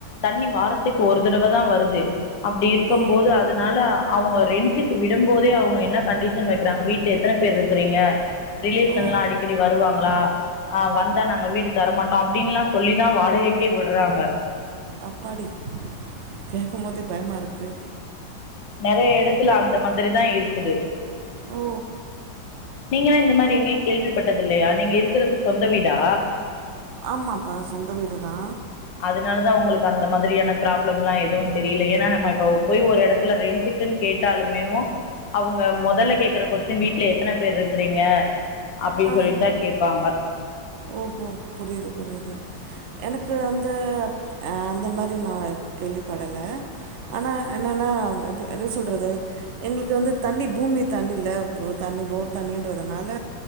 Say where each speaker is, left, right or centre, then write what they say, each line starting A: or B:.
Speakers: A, on the left; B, on the right.
A: தண்ணி வாரத்துக்கு ஒரு தடவ தா வருது அப்படி இருக்கும்
B: ஓ
A: போது அதனால அவங்க ரெண்டட க்கு விடும் போதே அவங்க என்ன கண்டிஷன் வைக்கிறாங்க வீட்டுல எத்தன பேர் இருக்கிறீங்க ரிலேஷன்
B: ஓ
A: எல்லாம் அடிக்கடி வருவாங்களா ஆ வந்த நாங்க வீடு தரமாட்டோம் அப்படின்னுல்லா சொல்லிதா வாடகைக்கே விடுறாங்க
B: அப்பாடி கேட்கும் போதே பயமா இருக்கு
A: நிறைய இடத்துல அந்த மாதிரி தா இருக்குது
B: ஓ
A: நீங்கல்லா இந்த மாதிரி எங்கேயும் கேள்விப்பட்டது இல்லையா நீங்க இருக்கிறது சொந்த வீடா
B: ஆமாப்பா சொந்த வீடு தா
A: அதனாலதா உங்களுக்கு அந்த மாதிரியான ப்ராப்ளம் எல்லாம் எதுவும் தெரியல ஏன்னா நம்ம இப்ப போய் ஒரு இடத்து த்துல ரெண்டுக்குன்னு கேட்டாலுமேவோ அவங்க முதல்ல கேக்குற கொஸ்டின் வீட்டு்ல எத்தன பேர் இருக்கிறீங்க அப்படின்னு
B: ஆ
A: சொல்லிதா கேட்பாங்க
B: ஓஹோ புரியுது புரியுது எனக்கு அந்த அந்த மாதிரி நா கேள்விப்படல ஆனா என்னன்ன என்ன சொல்றது எங்களுக்கு வந்து தண்ணி பூமி தண்ணி இல்ல தண்ணி போர் தண்ணின்றதுனால